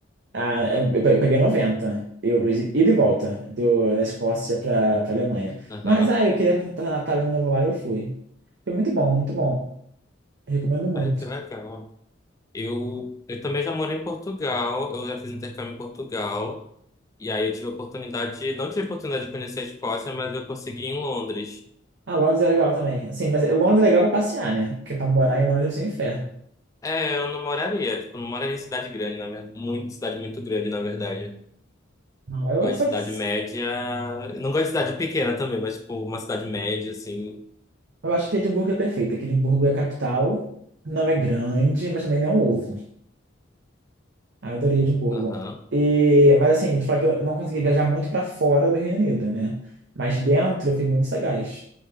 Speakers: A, on the right (about 60°); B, on the left (about 15°).
A: Ah, eu eu peguei noventa euros e e de volta do, da Escócia para para Alemanha.
B: Aham.
A: Mas ah, eu queria passar Natal e Ano Novo lá e eu fui. Foi muito bom, muito bom. Recomendo muito.
B: Ai, que legal. Eu, eu também já morei em Portugal, eu já fiz intercâmbio em Portugal, e aí eu tive a oportunidade, de- não tive a oportunidade de conhecer a Escócia, mas eu consegui em Londres.
A: Ah, Londres é legal também. Assim, mas Londres é legal pra passear, né? Porque pra morar em Londres deve ser um inferno.
B: É, eu não moraria, tipo, não moraria em cidade grande, na verdade, muito, cidade muito grande, na verdade.
A: Não, eu,
B: Eu
A: acho
B: gosto de
A: que-
B: cidade média, eu não gosto de cidade pequena também, mas, tipo, uma cidade média, assim,
A: eu acho que Edimburgo é perfeita. Que Edimburgo é a capital. Não é grande, mas também não é um ovo. Ah, eu adorei Edimburgo.
B: aham,
A: E, mas assim, te falar que eu não consegui viajar muito pra fora do Reino Unido, né? Mas dentro eu fui muito sagaz.